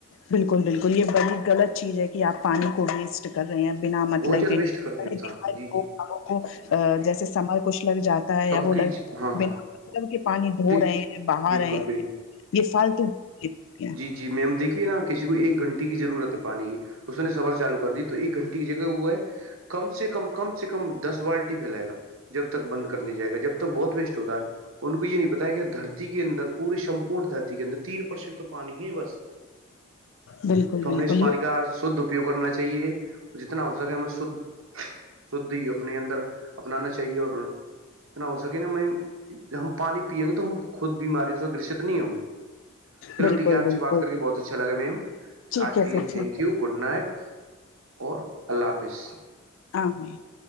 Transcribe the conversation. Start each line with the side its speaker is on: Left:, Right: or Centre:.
Left: بالکل بالکل یہ بڑی غلط چیز ہے کہ آپ پانی کو ویسٹ کر رہے ہیں بنا مطلب
Right: بہت زیادہ
Left: یہ
Right: ویسٹ کرتے ہیں
Left: لوگ
Right: انسان جی جی
Left: لوں کو جیسے سمر کچھ لگ جاتا
Right: سب
Left: یا وہ
Right: کی
Left: لگ رہ
Right: ہاں ہاں
Left: بنا مطلب کہ پانی دھو
Right: دیک
Left: رہے ہیں بہا
Right: بالکل
Left: رہے ہیں
Right: بالکل
Left: <unintelligible> یہ فالتو <unintelligible>
Right: ی میم دیکھیے نا کسی کو ایک گھنٹے کی ضرورت ہے پانی کی اس نے سفر چالو کر دی تو ایک گھنٹے <unintelligible> جگہ ہو ہے کم سے کم <unintelligible> کم سے کم دس بالٹی پھیلائے گا جب تک بند کر نہیں جائے گا جب تک بہت ویسٹ ہوتاا ہے <unintelligible> ان کو یہ نہیں پتا ہے کہ دھرتی کے اندر پوری سمپورن دھرتی کے اندر تین پرسینٹ تو پانی ہے بس
Left: بالکل
Right: تو
Left: بالکل
Right: ہمیں اس پانی
Left: یہ
Right: کا شھ اپیوگ کرنا چاہیے <unintelligible> جتنا ہو سکے ہم شھ شھ ہی اپنے اندر اپنانا چاہیے اور اتنا ہو سکے نا ہم پانی پییں گے تو ہم خود بیماریوں سے گرست نہیں ہوں گے <unintelligible> چلو
Left: بالکل
Right: ٹھیک ہے آپ
Left: بالکل
Right: سے بات کر کے بہت اچھا لگا میم
Left: ٹھیک
Right: آج
Left: ہے
Right: کے لیے
Left: پھر
Right: تھینک
Left: ٹھیک
Right: یو
Left: ہے
Right: گڈ نائٹ اور اللہ حافظ
Left: ہ <inaudible>